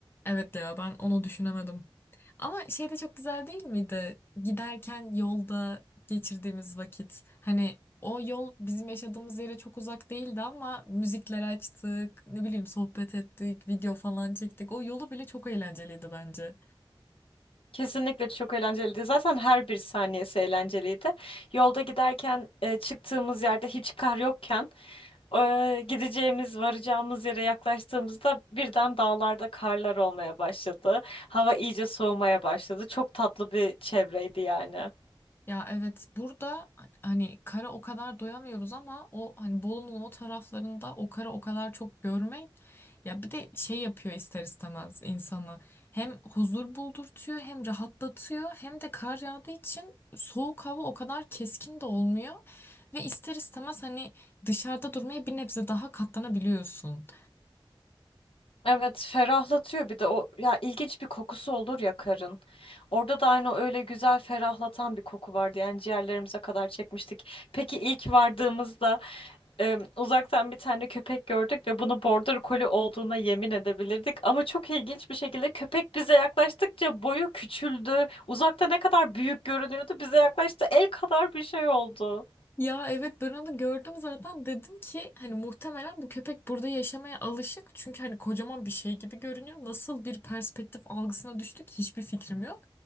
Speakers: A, on the left; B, on the left.
A: Evet ya ben onu düşünemedim. Ama şey de çok güzel değil miydi? Giderken yolda geçirdiğimiz vakit. Hani o yol bizim yaşadığımız yere çok uzak değildi ama müzikler açtık, ne bileyim sohbet ettik, video falan çektik. O yolu bile çok eğlenceliydi bence.
B: Kesinlikle çok eğlenceliydi. Zaten her bir saniyesi eğlenceliydi. Yolda giderken e, çıktığımız yerde hiç kar yokken e, gideceğimiz, varacağımız yere yaklaştığımızda birden dağlarda karlar olmaya başladı. Hava iyice soğumaya başladı. Çok tatlı bir çevreydi yani.
A: Ya evet burada hani kara o kadar doyamıyoruz ama o hani Bolu'nun o taraflarında o kara o kadar çok görmek ya bir de şey yapıyor ister istemez insanı hem huzur buldurtuyor hem rahatlatıyor hem de kar yağdığı için soğuk hava o kadar keskin de olmuyor ve ister istemez hani dışarıda durmaya bir nebze daha katlanabiliyorsun.
B: Evet, ferahlatıyor bir de o ya ilginç bir kokusu olur ya karın. Orada da aynı öyle güzel ferahlatan bir koku vardı. Yani ciğerlerimize kadar çekmiştik. Peki ilk vardığımızda Em, uzaktan bir tane köpek gördük ve bunu border collie olduğuna yemin edebilirdik. Ama çok ilginç bir şekilde köpek bize yaklaştıkça boyu küçüldü. Uzakta ne kadar büyük görünüyordu, bize yaklaştı el kadar bir şey oldu.
A: Ya evet ben onu gördüm zaten dedim ki hani muhtemelen bu köpek burada yaşamaya alışık çünkü hani kocaman bir şey gibi görünüyor. Nasıl bir perspektif algısına düştük hiçbir fikrim yok.